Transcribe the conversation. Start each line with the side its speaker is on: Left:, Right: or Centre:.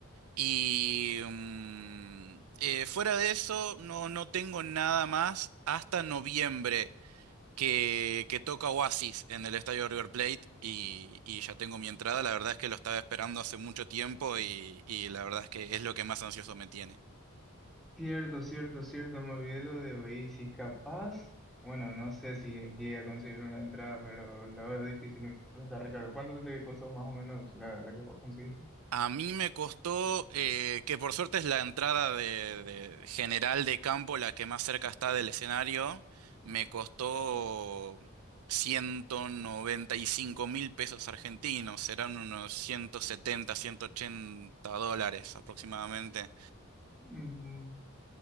Right: Y mm, eh, fuera de eso, no, no tengo nada más hasta noviembre que, que toca Oasis en el estadio River Plate y, y ya tengo mi entrada. La verdad es que lo estaba esperando hace mucho tiempo y, y la verdad es que es lo que más ansioso me tiene.
Centre: Cierto, cierto, cierto, me olvidé lo de Oasis, capaz, bueno, no sé si llegué a conseguir una entrada, pero la veo difícil, está re caro. ¿Cuánto te costó más o menos la, la que vos conseguiste?
Right: A mí me costó, eh, que por suerte es la entrada de, de general de campo, la que más cerca está del escenario, me costó 195 mil pesos argentinos, serán unos 170, 180 dólares aproximadamente.
Centre: Mm,